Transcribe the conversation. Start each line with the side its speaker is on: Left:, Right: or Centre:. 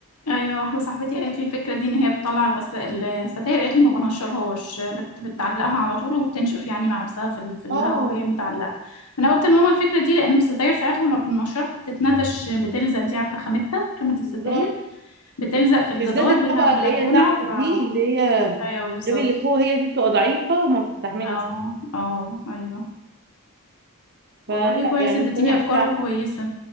Left: ايوه واحده صاحبتي قالت لي الفكره دي ان هي بتطلع الغسالة الستاير قالت لي ما بنشرهاش بت... بتعلقها على طول وبتنشف يعني مع نفسها في, ال... في الهواء
Right: اه
Left: وهي متعلقه انا قلت لماما الفكره دي لانه الستاير ساعات لما بنشرها بتتنتش بتلزق انت عارفه خامتها خامه
Right: بالظبط
Left: الستاير بتلزق في الجدار
Right: بالذات الطبقة
Left: بتاع البلكونه
Right: اللي هي تحت
Left: ف
Right: دي اللي هي
Left: ايوه بالظبط
Right: غير اللي فوق هي دي بتبقى ضعيفة وما بتستحملش
Left: اه اه ايوه
Right: فلا
Left: والله كويس
Right: يعني
Left: اديتيني
Right: الطريقة
Left: افكار
Right: دي
Left: كويسه